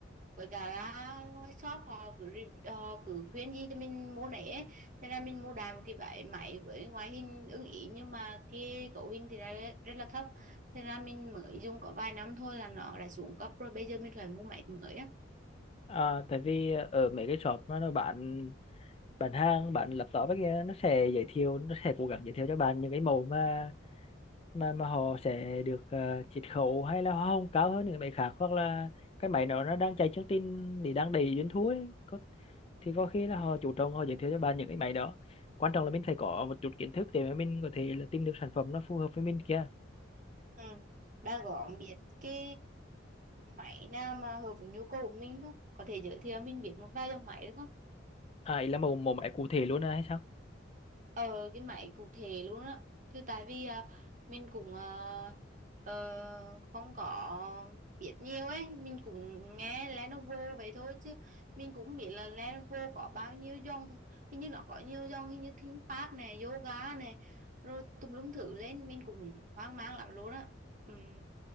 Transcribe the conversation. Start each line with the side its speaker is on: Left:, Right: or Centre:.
Right: với cả là ngoài shop họ cứ re- họ cứ khuyên gì cho mình mua nấy ấy. thế ra mình mua đại một cái váy máy với ngoại hình ưng ý nhưng mà cái cấu hình thì ra rất, rất là thấp thế ra mình mới dùng có vài năm thôi là nó đã xuống cấp rồi bây giờ mình phải mua máy mới á
Left: à, tại vì ở mấy cái shop mà nó bán bán hàng bán laptop ấy kia nó sẽ giới thiệu nó sẽ cố gắng giới thiệu cho bạn những cái mẫu mà mà mà họ sẽ được ờ, chiết khấu hay là hoa hồng cao hơn những cái máy khác hoặc là cái máy đó nó đang chạy chương trình thì đang đầy doanh thu ấy có thì có khi là họ chủ động họ giới thiệu cho bạn những cái máy đó quan trọng là mình phải có một chút kiến thức để mà mình có thể là tìm được sản phẩm nó phù hợp với mình kia
Right: ừ. đang có biết cái máy nào mà hợp với nhu cầu của mình không có thể giới thiệu mình biết một vài dòng máy được không
Left: à ý là mẫu mẫu máy cụ thể luôn à hay sao
Right: ờ cái máy cụ thể luôn á chứ tại vì à, mình cũng à, ờ, không có biết nhiều ấy mình cũng nghe Lenovo vậy thôi chứ mình cũng biết là Lenovo có bao nhiêu dòng hình như nó có nhiều dòng hình như ThinkPad này yoga này rồi tùm lum thử lên mình cũng hoang mang lắm luôn á Ừm,